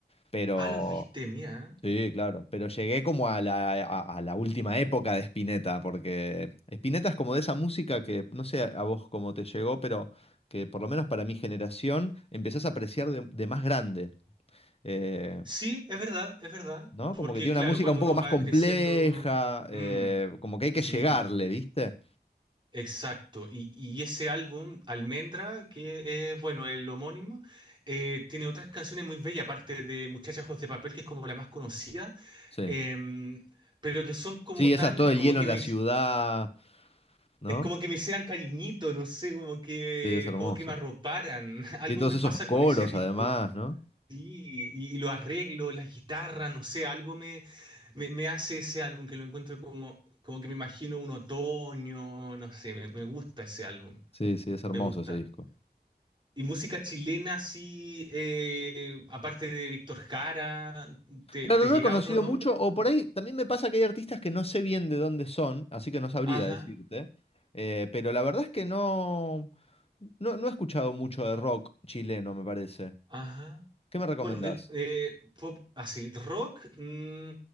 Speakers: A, on the left; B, on the right.
A: pero
B: Ah, los viste, mira.
A: sí, claro, pero llegué como a la, a, a la última época de Spinetta, porque Spinetta es como de esa música que, no sé a vos cómo te llegó, pero que por lo menos para mi generación empezás a apreciar de, de más grande. eh,
B: Sí, es verdad, es verdad.
A: ¿no?
B: Porque
A: Como que tiene
B: claro,
A: una música
B: cuando
A: un poco
B: uno
A: más
B: va
A: compleja,
B: creciendo. mm,
A: eh, como que hay que
B: sí,
A: llegarle, ¿viste?
B: exacto. Y, y ese álbum, Almendra, que es, bueno, el homónimo, eh, tiene otras canciones muy bellas, aparte de Muchachos de Papel, que es como la más conocida.
A: Sí.
B: Em, pero que son como
A: Sí,
B: tan,
A: esas, todo
B: es
A: el
B: como
A: hielo
B: que
A: en
B: me,
A: la
B: es
A: ciudad, ¿no?
B: como que me hicieran cariñito, no sé, como que,
A: Sí, es hermoso.
B: como que me arroparan. <laughs> Algo
A: Y todos
B: me
A: esos
B: pasa
A: coros
B: con ese disco.
A: además, ¿no?
B: Sí, y, y lo arreglo, las guitarras, no sé, algo me, me, me hace ese álbum que lo encuentro como, como que me imagino un otoño, no sé, me, me gusta ese álbum,
A: Sí, sí, es hermoso
B: me gusta.
A: ese disco.
B: Y música chilena, sí, eh, aparte de Víctor Jara, ¿te,
A: Claro,
B: te
A: no
B: llega
A: he conocido
B: otro nombre?
A: mucho, o por ahí también me pasa que hay artistas que no sé bien de dónde son, así que no sabría
B: Ajá,
A: decirte. Eh, pero la verdad es que no, no, no he escuchado mucho de rock chileno, me parece.
B: ajá.
A: ¿Qué me recomendás?
B: Bueno, yo, eh, pop así, rock, mm,